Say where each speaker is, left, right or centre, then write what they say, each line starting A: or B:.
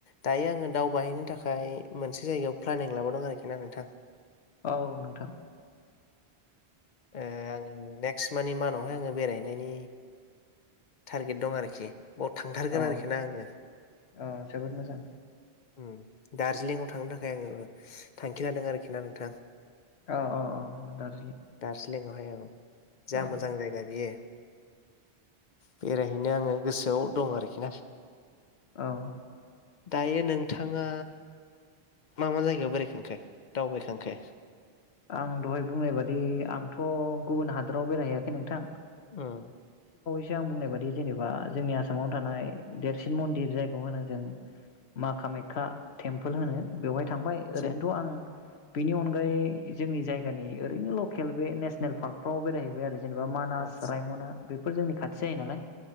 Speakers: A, on the left; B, on the left.
A: दायो आङो दावबायहैनो थाखाय मोनसे जायगायाव प्लानिं लाबोावदों आरोखि ना नोंथां
B: औ नोंथां
A: ओ आङो नेक्स्ट मानि मानावहाय आङो बेरायहनायनि टारगेट दं आरोखि बाव थांथारगोन
B: औ
A: आरोखि ना आङो
B: औ जोबोद मोजां
A: ओम दार्जिलिंआव थांनो थाखाय आङो थांखि लादों आरोखि ना नोंथां
B: अ औ औ दार्जिलिं
A: दार्जिलिंआवहाय औ जा
B: औ
A: मोजां जायगा बियो बेरायहैनो आङो गोसोआव दं आरोखि ना
B: औ
A: दायो नोंथाङा मा मा जायगायाव बेरायखांखो दावबायखांखो
B: आं दहाय बुंनाय बादि आंथ' गुबुन हादोराव बेरायहैयाखै नोंथां
A: ओम
B: सो आं बुंनाय बादि जेनेबा जोंनिया आसामाव थानाय देरसिन मन्दिर जायखौ होनो जों मा कामाखक्या थेमपल होनो बेहाय थांबाय
A: आदसा
B: ओरैनोथ' आं बेनि अनगायै जोंनि जायगानि ओरैनो लकेल बे नेसनेल पार्कफ्राव बेरायहैबाय आरो जेनेबा मानास
A: आदसा
B: रायमना बे फोर जोंनि खाथि जायो नालाय